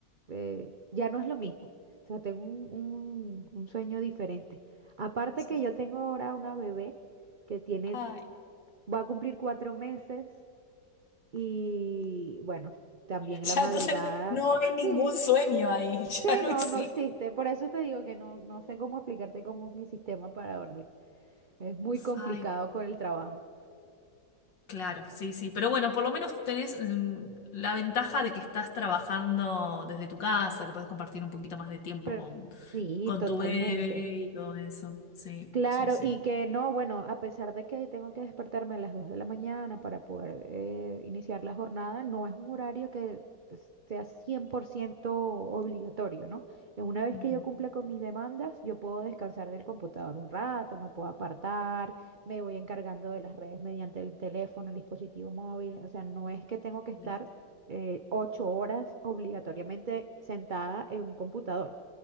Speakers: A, on the right; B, on the left.
A: eh, ya no es lo mismo. O sea, tengo un, un- un sueño diferente. Aparte
B: Sí.
A: que yo tengo ahora una bebé que tiene,
B: Ay,
A: va a cumplir cuatro meses y bueno, también
B: <laughs>
A: la
B: ya
A: madrugada.
B: entonces no hay ningún
A: Sí,
B: sueño ahí, <laughs>
A: sí,
B: ya no
A: no,
B: existe.
A: no existe. Por eso te digo que no, no sé cómo explicarte cómo es mi sistema para dormir. Es muy complicado
B: Ay,
A: con el trabajo.
B: claro, sí, sí. Pero bueno, por lo menos tenés mm, la ventaja de que estás trabajando desde tu casa, que puedes compartir un poquito más de tiempo
A: Pref-
B: con,
A: Sí,
B: con
A: totalmente.
B: tu bebé y todo eso. Sí,
A: Claro,
B: sí, sí.
A: y que no, bueno, a pesar de que tengo que despertarme a las 2 de la mañana para poder eh, iniciar la jornada, no es un horario que sea 100% obligatorio, ¿no? Eh, Una vez
B: Ujú.
A: que yo cumpla con mis demandas, yo puedo descansar del computador un rato, me puedo apartar, me voy encargando de las redes mediante el teléfono, el dispositivo móvil, o sea, no es que tengo que estar
B: Listo.
A: eh, ocho horas obligatoriamente sentada en un computador.